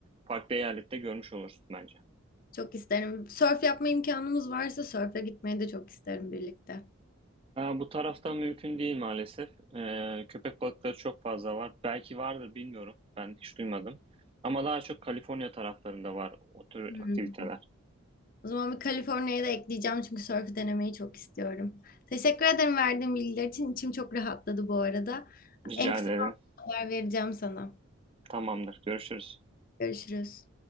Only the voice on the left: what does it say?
çok isterim. Sörf yapma imkanımız varsa sörfe gitmeyi de çok isterim birlikte.
Hmm.
O zaman bir Kaliforniya'yı da ekleyeceğim çünkü sörfü denemeyi çok istiyorum. Teşekkür ederim verdiğin bilgiler için. İçim çok rahatladı bu arada.
En kısa
zamanda haber vereceğim sana.
Görüşürüz.